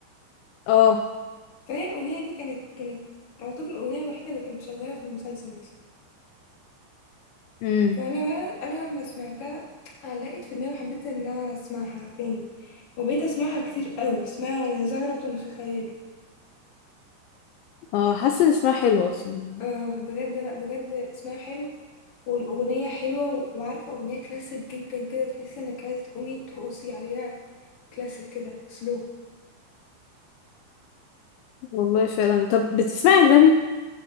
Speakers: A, on the left; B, on the left.
A: اه
B: فهي الاغنيه دي كانت كانت اعتبر الاغنيه الوحيده اللي كانت شغاله في المسلسل مثلا
A: امم
B: فانا بقى انا لما سمعتها علقت في دماغي وحبيت ان انا اسمعها تاني وبقيت اسمعها كتير قوي اسمها يا زهرة في خيالي
A: اه حاسة إن اسمها حلو أصلا
B: اه بجد لا بجد اسمها حلو والاغنيه حلوه و- وعارفه اغنيه كلاسيك جدا كده تحس انك عايزه تقومي ترقصي عليها كلاسيك كده سلو
A: والله فعلا طب بتسمع أجنبي؟